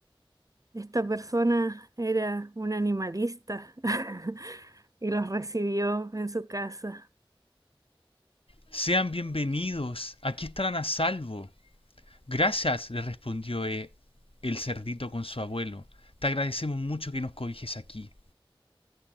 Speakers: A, on the right; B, on the left.
A: Esta persona era un animalista <laughs> y los recibió en su casa.
B: Sean bienvenidos, aquí estarán a salvo. Gracias, le respondió eh, el cerdito con su abuelo. Te agradecemos mucho que nos cobijes aquí.